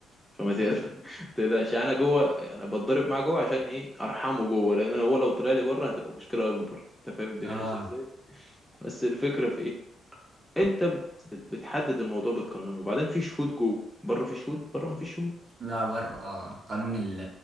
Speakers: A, in the centre; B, on the right.
A: فما تقل- <laughs> تقلقش يعني انا جوه انا بتضرب معاه جوه عشان ايه ارحمه جوه لان هو لو طلع لي بره هتبقى مشكله اكبر انت فاهم الدنيا
B: اه
A: ماشيه ازاي بس الفكره في ايه انت بت... بت- بتحدد الموضوع بتقننه وبعدين في شهود جوه بره في شهود بره ما فيش شهود
B: لا بره آه. قانون ال